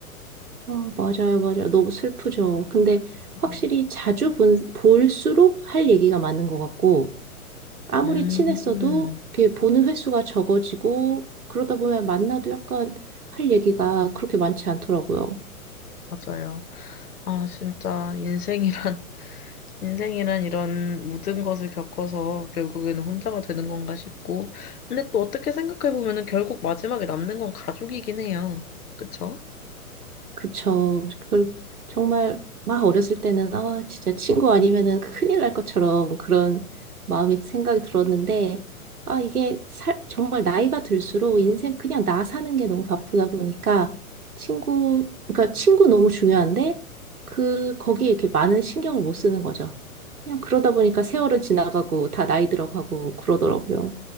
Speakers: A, on the right; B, on the left.
A: 아, 맞아요, 맞아요. 너무 슬프죠. 근데 확실히
B: 음,
A: 자주 본, 볼수록 할 얘기가 많은 것 같고, 아무리
B: 음,
A: 친했어도 그게 보는 횟수가 적어지고, 그러다 보면 만나도 약간 할 얘기가 그렇게 많지 않더라고요.
B: 맞아요. 아, 진짜 인생이란 인생이란 이런 모든 것을 겪어서 결국에는 혼자가 되는 건가 싶고, 근데 또 어떻게 생각해보면은 결국 마지막에 남는 건 가족이긴 해요. 그쵸?
A: 그쵸. 그걸 정말 막 어렸을 때는 아 진짜 친구 아니면은 큰일 날 것처럼 그런 마음이 생각이 들었는데 아 이게 살, 정말 나이가 들수록 인생 그냥 나 사는 게 너무 바쁘다 보니까 친구 그러니까 친구 너무 중요한데 그 거기에 이렇게 많은 신경을 못 쓰는 거죠. 그냥 그러다 보니까 세월은 지나가고 다 나이 들어가고 그러더라고요.